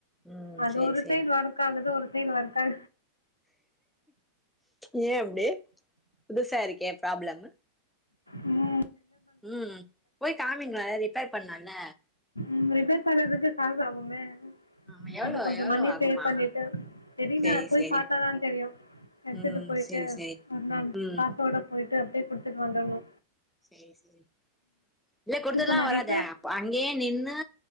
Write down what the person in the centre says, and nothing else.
ம்
சேரி
சேரி
ஏ அப்டி புதுசா இருக்கே ப்ராப்ளம்மு
உம் போய் காமிங்ளெ ரிப்பேர் பண்ணால்ல
ஆமா எவ்ளோ
எவ்ளோ
ஆகுமா
சேரி
சேரி
ம்
சேரி சேரி
ம்
சேரி சேரி இல்ல குடுத்தத்ல்லா
வராது
அப்ப அன் அங்கே நின்னு